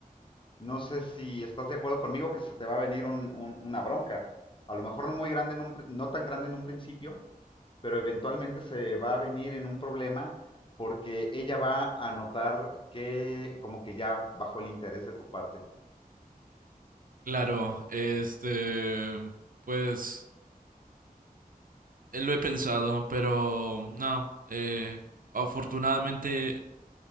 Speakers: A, on the left (about 35°); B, on the right (about 65°).
A: no sé si estás de acuerdo conmigo que se te va a venir un- un- una bronca. A lo mejor no muy grande, en un no tan grande en un principio, pero eventualmente se va a venir en un problema porque ella va a notar que como que ya bajó el interés de tu parte.
B: Claro, este, pues eh, lo he pensado, pero no, eh, afortunadamente